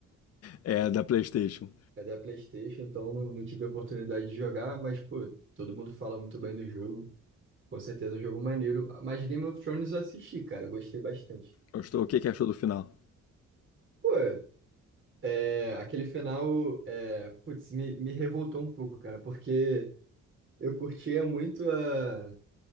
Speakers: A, on the left (about 55°); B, on the right (about 40°).
A: é da PlayStation.
B: é da PlayStation, então não, não tive a oportunidade de jogar, mas, pô, todo mundo fala muito bem do jogo. Com certeza é um jogo maneiro. Mas Game of Thrones eu assisti, cara, eu gostei bastante.
A: Gostou? O que, que achou do final?
B: Pô, é, aquele final, é, putz, me, me revoltou um pouco, cara, porque eu curtia muito a,